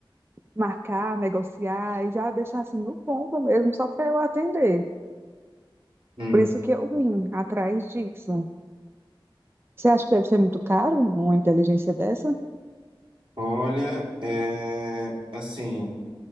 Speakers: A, on the right; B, on the right.
A: marcar, negociar e já deixar assim no ponto mesmo, só para eu atender.
B: Hum.
A: Por isso que eu vim atrás disso. Você acha que deve ser muito caro uma inteligência dessa?
B: Olha, é, assim,